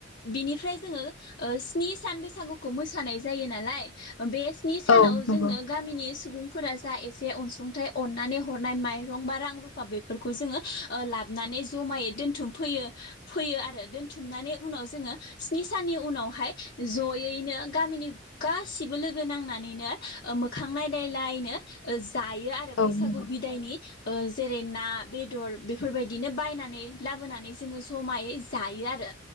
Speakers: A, on the left; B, on the left.
A: बिनिफ्राय जोंङो ओ स्नि सान बैसागुखौ मोसानाय जायो नालाय बे स्नि सानाव
B: औ नंगौ
A: जोंनो गामिनि सुबुंफोरा जा एसे अनसुंथाइ अननानै हरनाय माइरं बा रां रुफा बेफोरखौ जोंङो ओ लाबनानै जमायै दोनथुमफैयो फैयो आरो दोनथुमनानै उनाव जोंङो स्नि साननि उनावहाय जयैनो गामिनि गासिबो लोगो नांनानैनो ओ मोखां नायलायलायनो ओ जायो आरो बैसागु
B: औ नंगौ
A: बिदायनि ओ जेरै ना बेदर बेफोरबायदिनो बायनानै नानै लाबोनानै जोंङो जमायै जायो आरो